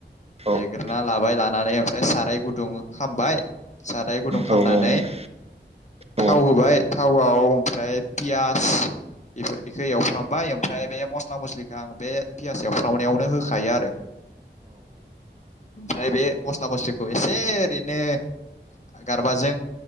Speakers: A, on the right; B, on the left.
A: औ नोंथां
B: देग्रोना। लाबाय लानानै ओमफ्राय साराय गुदुं खामबाय। साराय गुदुं खामनानै
A: औ नोंथां औ
B: थाव होबाय। थावआव ओमफ्राय पियास बेफोर बेखौ एवफ्रामबाय ओमफ्राय बे मस्ला मस्लिखौ आं बे पियास एवफ्रामनायावनो होखायो आरो। ओमफ्राय बे मस्ला मस्लि। खौ एसे ओरैनो गारबाजों।